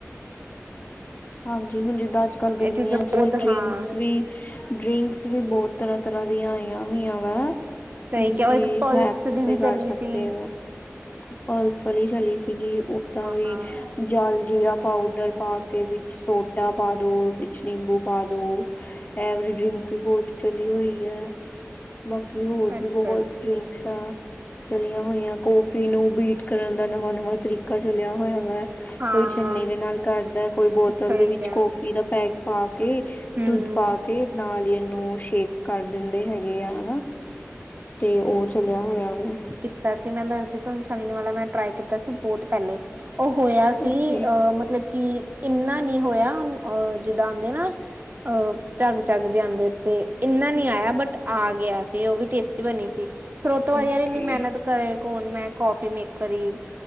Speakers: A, on the left (about 35°); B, on the right (about 40°).
A: ਹਾਂਜੀ, ਹੁਣ ਜਿੱਦਾਂ ਅੱਜ ਕੱਲ
B: ਇਹ
A: ਗਰਮੀਆਂ
B: ਚੀਜ਼ਾਂ
A: 'ਚ
B: ਬਹੁਤ
A: ਡਰਿੰਕਸ
B: ਹਾਂ
A: ਵੀ ਡਰਿੰਕਸ ਵੀ ਬਹੁਤ ਤਰ੍ਹਾਂ, ਤਰ੍ਹਾਂ ਦੀਆਂ ਆਈਆਂ ਹੋਈਆਂ ਵਾ।
B: ਸਹੀ
A: ਕਿ ਤੁਸੀਂ
B: ਕਿਹਾ ਉਹ ਇੱਕ ਪਲਸ
A: ਹੈਕਸ
B: ਦੀ ਵੀ
A: ਤੇ ਕਰ
B: ਚਲੀ
A: ਸਕਦੇ
B: ਸੀ।
A: ਓ। ਪਲਸ ਵਾਲੀ ਚੱਲੀ ਸੀਗੀ, ਓਦਾਂ
B: ਹਾਂ
A: ਵੀ ਜਲਜੀਰਾ ਪਾਊਡਰ ਪਾ ਕੇ, ਵਿੱਚ ਸੋਡਾ ਪਾ ਦੋ ਕੁਝ ਨਿੰਬੂ ਪਾ ਦੋ, ਐਵਰੀ ਡਰਿੰਕ ਵੀ ਬਹੁਤ ਚਲੀ ਹੋਈ ਹੈ। ਬਾਕੀ ਹੋਰ
B: ਅੱਛਾ
A: ਤੇ ਬੋਹਤ
B: ਅੱਛਾ
A: ਡਰਿੰਕ ਸਾਂ ਚਲੀਆਂ ਹੋਈਆਂ ਕੌਫੀ ਨੂੰ ਬੀਟ ਕਰਨ ਦਾ ਨਵਾਂ-ਨਵਾਂ ਤਰੀਕਾ ਚਲਿਆ ਹੋਯਾ ਵੈ।
B: ਹਾਂ
A: ਕੋਈ ਚੁੰਨੀ ਦੇ ਨਾਲ ਕਾਰਦਾ ਕੋਈ ਬੋਤ ਬੋਤਲ
B: ਸਹੀ
A: ਦੇ ਵਿੱਚ
B: ਕਿਹਾ
A: ਕੌਫੀ ਦਾ ਪੈਕ ਪਾ ਕੇ,
B: ਹਮ
A: ਦੁੱਧ ਪਾ ਕੇ ਤੇ ਨਾਲੀ ਈ ਏਨੂੰ ਸ਼ੇਕ ਕਰ ਦਿੰਦੇ ਹੈਗੇ ਆ ਹੈਨਾ ਤੇ ਓ ਚਲਿਆ ਹੋਇਆ ਵਾ
B: ਤਾਂ ਸੀ ਮੈਂ ਦੱਸਦੀ ਤਾਨੂੰ ਛਨਣੀ ਵਾਲਾ ਮੈਂ ਟਰਾਈ ਕੀਤਾ ਸੀ। ਬੋਤ ਪੈਲੇ ਹੋਰ ਹੋਯਾ ਸੀ
A: ਓਕੇ
B: ਅਹ ਮਤਲਬ ਕਿ ਇੰਨਾ ਨੀ ਹੋਯਾ ਅਹ ਜਿੱਦਾਂ ਆਂਦੇ ਨਾ ਅ ਝੱਗ-ਝੱਗ ਜੇ ਜਾਂਦੇ ਤੇ ਇੰਨਾ ਨੀ ਆਇਆ ਬਟ ਆ ਗਯਾ ਸੀ ਓ ਵੀ ਟੇਸਟ ਕੀ ਬਨੀ ਸੀ ਫਿਰ ਓ ਤੋਂ ਬਾਦ
A: ਓਕੇ
B: ਯਾਰ ਏਨੀ ਮੇਨਤ ਕਰੇ ਕੌਣ ਮੈਂ ਕੌਫੀ ਮੇਕਰ ਈ